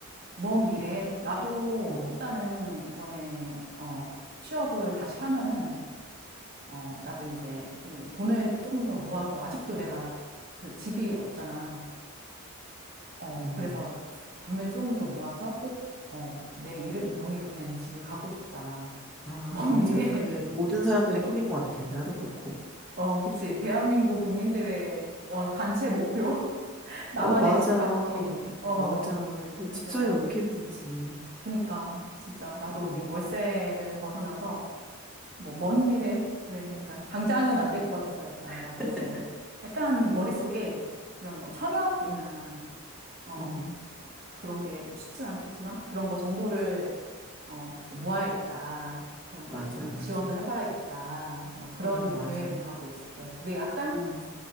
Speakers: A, on the right; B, in the centre.
A: 먼 미래에, 나도
B: 어,
A: 일단은 이번에, 어, 취업을 다시 하면은, 어, 나도 이제 좀 돈을 조금 더 모아서, 아직도 내가 그 집이 없잖아. 어,
B: 음.
A: 그래서 돈을 조금 더 모아서 꼭, 어, 내 이름, 명의로 된 집을 갖고 싶다.
B: 아,
A: 먼
B: 맞아.
A: 미래,
B: 그게 모든 사람들의 꿈인 것 같아. 나도 그렇고.
A: <laughs> 어, 그치. 대한민국 국민들의, 어, 단체 목표. <laughs> 나만의
B: 어, 맞아.
A: 집 갖기. 어,
B: 맞아. 그
A: 그래서,
B: 집사이가 왜 이렇게 힘든지.
A: 그니까, 진짜, 나도
B: 응,
A: 이 월세를 벗어나서, 뭐, 먼 미래, 그래. 그러니까, 당장은 안 될 것 같아서 약간,
B: <laughs>
A: 나도, 약간 머릿속에 그런 뭐 청약이나, 어,
B: 응.
A: 그런 게뭐 쉽진 않겠지만 그런 거 정보를 어, 이제 모아야겠다. 그런
B: 맞아,
A: 거를 좀
B: 맞아.
A: 지원도 해봐야겠다. 막 그런
B: 어, 맞아.
A: 계획은 갖고 있어. 그래서 그게 약간
B: 응,